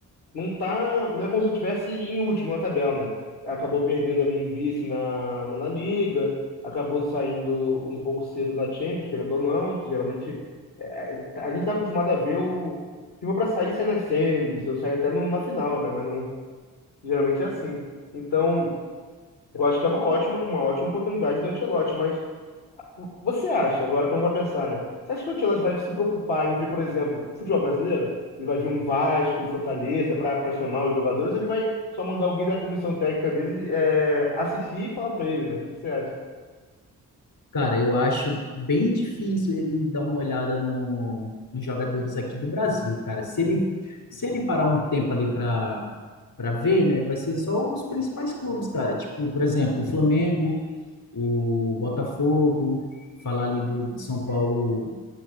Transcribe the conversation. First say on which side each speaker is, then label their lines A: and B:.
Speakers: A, on the left (about 70°); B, on the left (about 55°).
A: não tá. Não é como se estivesse em último na tabela, né? Acabou perdendo ali em vice na, na, La Liga, acabou saindo um pouco cedo da Champions, querendo ou não, que geralmente é, a gente está acostumado a ver o. Se for para sair, sai nas semis, eu saio até no- na final, né? Mas não. Geralmente é assim. Então, eu acho que é uma ótima, uma ótima oportunidade do Ancelotti, mas o- você acha, agora parando para pensar, né? Você acha que o Ancelotti vai se preocupar em ver, por exemplo, futebol brasileiro? Ele vai vir um Vasco e Fortaleza para para chamar os jogadores, ou ele vai só mandar alguém da comissão técnica dele é, assistir e falar para ele, né? O que que você acha?
B: Cara, eu acho bem difícil ele dar uma olhada no- nos jogadores aqui do Brasil, cara. Se ele, se ele parar um tempo ali para para ver, né, vai ser só os principais clubes, cara. Tipo, por exemplo, o Flamengo, o Botafogo, falar ali do de São Paulo,